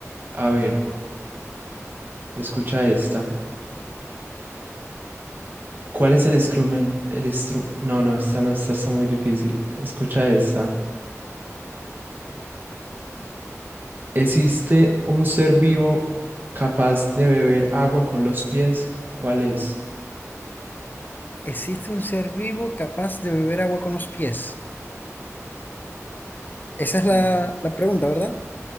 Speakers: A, on the right; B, on the left.
A: A ver, escucha esta. ¿Cuál es el instrumento? El instru- no, no, esta no, esta está muy difícil. Escucha esta. ¿Existe un ser vivo capaz de beber agua con los pies? ¿Cuál es?
B: ¿Existe un ser vivo capaz de beber agua con los pies? Esa
A: Sí.
B: es la, la pregunta, ¿verdad?